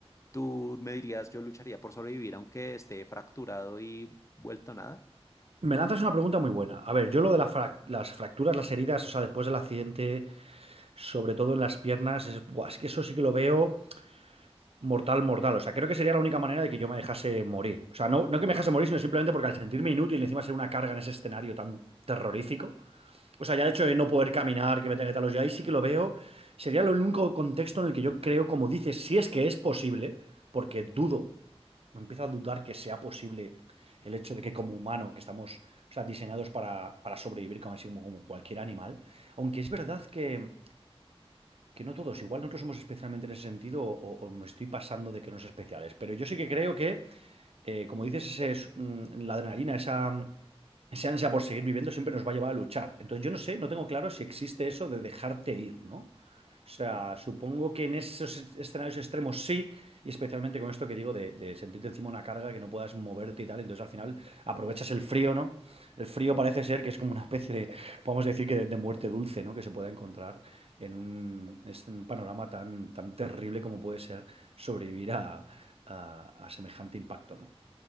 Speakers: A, on the left; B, on the right.
A: tú me dirías, yo lucharía por sobrevivir aunque esté fracturado y vuelto nada.
B: Me lanzas una pregunta muy buena. A ver, yo lo de la frac- las fracturas, las heridas, o sea, después del accidente, sobre todo en las piernas, es, buah, es que eso sí que lo veo Mortal, mortal. O sea, creo que sería la única manera de que yo me dejase morir. O sea, no, no
A: Ujú,
B: que me dejase morir, sino simplemente porque al sentirme inútil, encima ser una carga en ese escenario tan terrorífico. O sea, ya el hecho de no poder caminar, que me tenga que talos, yo ahí sí que lo veo. Sería el único contexto en el que yo creo, como dices, si es que es posible, porque dudo, me empiezo a dudar que sea posible el hecho de que como humano, que estamos, o sea, diseñados para, para sobrevivir como, así como como cualquier animal. Aunque es verdad que que no todos, igual nosotros somos especialmente en ese sentido o, o- o me estoy pasando de que no es especiales, pero yo sí que creo que eh, como dices, ese, es, mm, la adrenalina, esa, mm, esa ansia por seguir viviendo siempre nos va a llevar a luchar. Entonces yo no sé, no tengo claro si existe eso de dejarte ir, ¿no? O sea,
A: ujú.
B: supongo que en esos escenarios extremos sí, y especialmente con esto que digo de, de sentirte encima una carga que no puedas moverte y tal, entonces al final aprovechas el frío, ¿no? El frío parece ser que es como una especie de, podemos decir que de, de muerte dulce, ¿no? Que se pueda encontrar en un, es un panorama tan, tan terrible como puede ser sobrevivir a, a- a semejante impacto, ¿no?